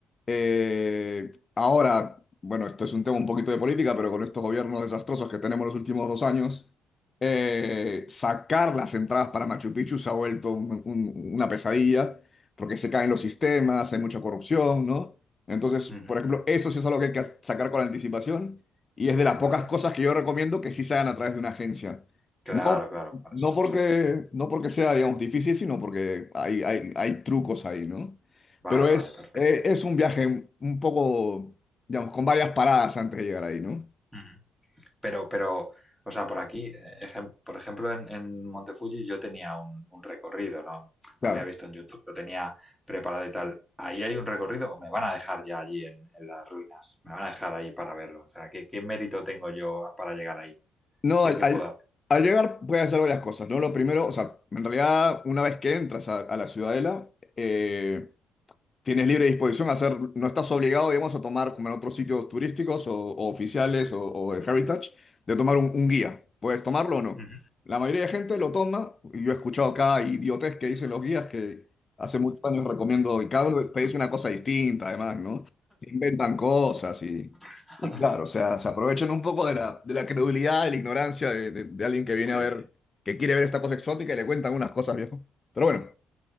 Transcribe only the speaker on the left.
Eh, ahora, bueno, esto es un tema un poquito de política, pero con estos gobiernos desastrosos que tenemos los últimos dos años, eh, sacar las entradas para Machu Picchu se ha vuelto un- un- una pesadilla, porque se caen los sistemas, hay mucha corrupción, ¿no? Entonces,
por ejemplo, eso sí es algo que hay que sacar con anticipación y es de las
pocas cosas que yo recomiendo que sí se hagan a través de una agencia.
No,
no
porque,
no porque sea, digamos, difícil, sino porque hay, hay, hay trucos ahí, ¿no?
Pero es,
eh, es un viaje un poco, digamos, con varias paradas antes de llegar ahí, ¿no?
Claro.
No,
al,
al-
al llegar puedes hacer varias cosas, ¿no? Lo primero, o sea, en realidad, una vez que entras a, a la ciudadela, eh, Tienes libre disposición a hacer, no estás obligado, digamos, a tomar como en otros sitios turísticos o, o oficiales o, o de Heritage, de tomar un, un guía. Puedes tomarlo o no.
La mayoría de gente lo toma. y Yo he escuchado cada idiotez que dicen los guías que hace muchos años recomiendo y cada uno te dice una cosa distinta, además, ¿no? Se inventan cosas y,
y claro, o sea, se aprovechan un poco de la, de la credulidad, de la ignorancia de, de de alguien que viene
a ver, que quiere ver esta cosa exótica y le cuentan unas cosas, viejo. Pero bueno.